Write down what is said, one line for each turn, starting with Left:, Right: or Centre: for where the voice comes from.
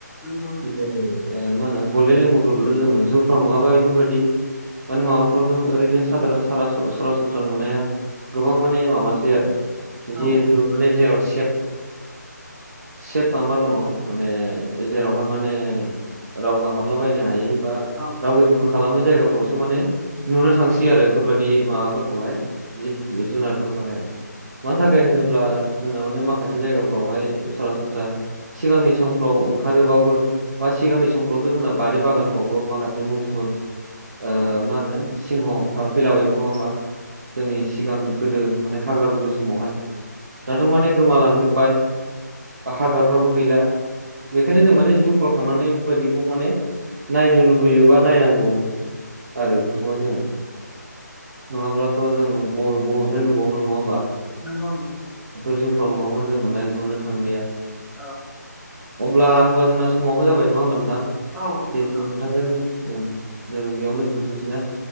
Centre: नंगौ नंगौ
Right: <unintelligible> मा होनो गल्डेन लेंगुफोरखौथ' जुफ्राव नङाबा बेफोरबायदि माने माबाफोरजों ओरैनो साधारन <unintelligible> सरासनस्रा नुनाया गोबां माने माबासै आरो
Centre: औ
Right: जेहेथु माने जेराव सेफ सेफ मा मा दङ माने जेरावहा माने रावबो हाबलाबायनो हायै बा
Centre: औ
Right: रावबो जेबो खालामै जायगाफ्रावसो माने नुनो थांसै आरो बेफोरबायदि माबाफोरखौहाय जिब जुनारफोरखौहाय मानो थाखाय होनोब्ला जोंना माने माखासे जायगाफोरावहाय सरासनस्रा सिगांनि समफ्राव ओंखारोबाबो बा सिगांनि समफ्रावथ' जोंना बारि बागानफ्रावबो माखासे मुफुर ओ
Centre: औ
Right: मा होनो सिंहफ्रा फैलाबायोमोन नङा होमबा? जोंनि सिगां गोदो माने हाग्रा गुदु समावहाय दाथ'
Centre: औ
Right: माने गोमालांजोबबाय‌। बा हाग्राफ्राबो गैला बेखायनो जों माने जुफ्राव थांनानै बेफोरबायदिखौ माने नायनो लुबैयो बा नायनांगौ आरो बेफोरखौहाय जोङो‌। नङाब्लाथ' जों बबे बबेनिफ्राय नुबावनो नङा होमबा?
Centre: नोंगौ नोंगौ।
Right: बेफोर जुफ्राव नुवाबाथ' जों नुनाय नुनो थांलिया।
Centre: औ
Right: अब्ला होमबा जोंना समाबो जाबाय नङा होमबा नोंथां।
Centre: औ
Right: जेतु नोंथां
Centre: दे होमबा
Right: जों ओं जों बेयावनो दोनथ'नोसैना